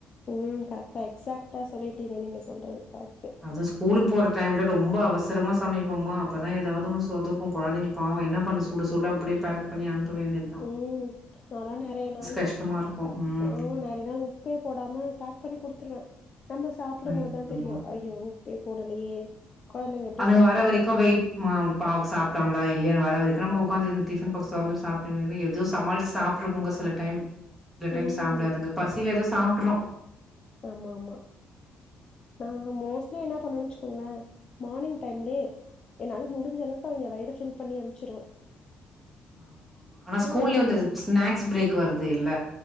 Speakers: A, on the left (about 30°); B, in the centre.
A: ம் கரெக்டா எக்ஸாகக்ட்டா சொல்லிட்டீங்க நீங்க சொல்றது கரெக்ட்டு
B: அதுவும் ஸ்கூலுக்கு போற டைம்ல ரொம்ப அவசரமா சமைப்போம்மா அப்பதா எதாவது ஒன்னு சொதப்பு கொழந்தைங்க பாவம் என்ன பண்ணு சுட சுட அப்டியே பேக் பண்ணி அனுப்ப வேண்டி
A: ம் நாலா நெறைய நாள்
B: கஷ்டமா இருக்கும். ம்.
A: ஆ நெறைய நாள் உப்பே போடாம பேக் பண்ணி குடுத்துருவே நம்ம சாப்டும்
B: ஐயோ!
A: போதுதா தெரியு ஐயோ உப்பே போடலையே கொழந்தைங்க எப்டி
B: அதுங்க
A: சாப்பிடும்னு
B: வர வரைக்கு
A: எனக்கு
B: வெயிட் மாம் பாவோ சாப்டாங்களா இல்லையான் வர வரைக்கும் நம்ப உக்காந்து இந்த டிஃபன் பாக்ஸ் தொறந்து சாப்ப எதோ சமாள்ச்சு சாப்ட்ருக்கங்க சில டைம் சில டைம்
A: ம்.
B: சாப்டாதுங்க பசியில எதோ சாப்ட்ரு
A: ஆமா ஆமா நா மோஸ்ட்லி என்ன பண்ணனு வெச்சு க்கோங்களே மார்னிங் டைம்லே என்னால முடிஞ்ச அளவுக்கு அவிங்க வயிரப ஃபில் பண்ணி அமிச்சிருவே
B: ஆமா ஆமா ஆனா ஸ்கூல்லயே
A: அங்க
B: வந்து
A: போய்
B: ஸ்நாக்ஸ் பிரேக் வருது இல்ல